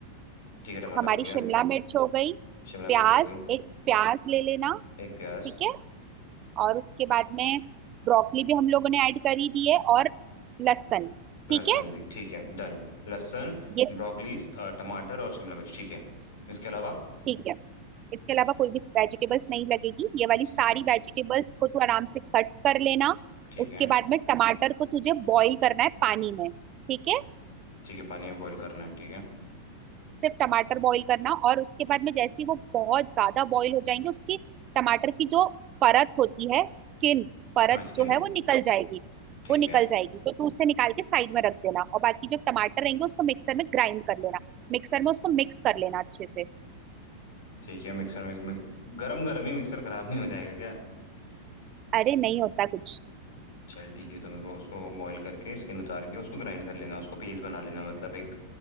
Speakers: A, on the left; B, on the right.
A: ठीक है टमाटर
B: हमारी
A: हो गया
B: शिमला मिर्च हो गई
A: शिमला
B: प्याज
A: मिर्च हो गई
B: एक प्याज ले लेना
A: एक प्याज
B: ठीक है और उसके बाद में ब्रोकली भी हम लोगों ने ऐड कर ही दी है और लहसुन ठीक
A: लहसुन
B: है
A: भी ठीक है डन लहसुन
B: ये
A: ब्रोकलीज टमाटर और शिमला मिर्च ठीक है इसके अलावा
B: ठीक है इसके अलावा कोई भी वेजिटेबल्स नहीं लगेगी ये वाली
A: ठीक
B: सारी
A: है
B: वेजिटेबल्स को तू आराम से कट कर लेना
A: ठीक
B: उसके
A: है
B: बाद में टमाटर को तुझे बॉईल करना है पानी में ठीक है
A: ठीक है पानी में बॉईल करना है ठीक है
B: सिर्फ टमाटर बॉईल करना और उसके बाद में जैसे ही वो बहुत ज्यादा बॉईल हो जाएंगे उसकी टमाटर की जो परत होती है स्किन परत
A: हाँ स्किन
B: जो है वो निकल जाएगी
A: ठीक
B: वो
A: है
B: निकल जाएगी तो तू उसे निकाल के साइड में रख देना और बाकी जो टमाटर रहेंगे उसको मिक्सर में ग्राइंड कर लेना मिक्सर में उसको मिक्स कर लेना अच्छे से
A: ठीक है मिक्सर में, में गरम गरम ही मिक्सर खराब नहीं हो जाएगा क्या
B: अरे नहीं होता कुछ
A: चल ठीक है तो मेरे को उसको बॉईल करके स्किन उतार के उसको ग्राइंड कर लेना उसको पेस्ट बना लेना मतलब एक